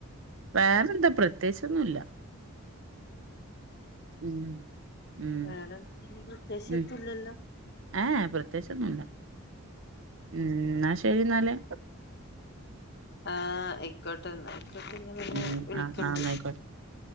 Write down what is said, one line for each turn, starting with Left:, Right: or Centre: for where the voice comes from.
Right: വേറെന്താ പ്രതേച്ചോന്നുല്ല ഉം ഉം
Left: വേറെ പ്രത്യേയ്ച്ചോത്തുല്ലല്ലോ
Right: ഉം ഏഹ് എ പ്രതേച് ഒന്നുല്ല ഉം എന്ന
Left: ആഹ്
Right: ശരി ന്നാല്
Left: അഹ് ആയിക്കോട്ടെ ന്ന പിന്നെ
Right: ഉം
Left: വിളിക്കൊണ്ട്
Right: ആഹ് ആഹ് എന്നായിക്കോട്ടെ